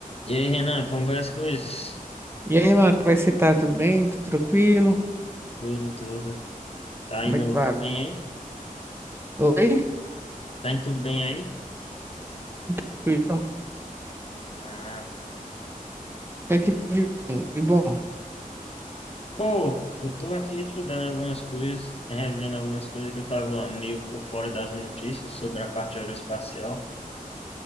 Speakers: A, on the left; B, on the right.
A: E aí, Renan, como vai as coisas?
B: E aí, mano, como é que você tá? Tudo bem? Tudo tranquilo?
A: Tudo, tudo. Tá
B: Como
A: indo
B: é que vai?
A: tudo bem aí?
B: Oi?
A: Tá indo tudo bem aí?
B: Tranquilo?
A: Ah,
B: Até que de bem. E bom.
A: pô, eu tô aqui estudando algumas coisas, revendo algumas coisas que eu tava meio por fora das notícias sobre a parte aeroespacial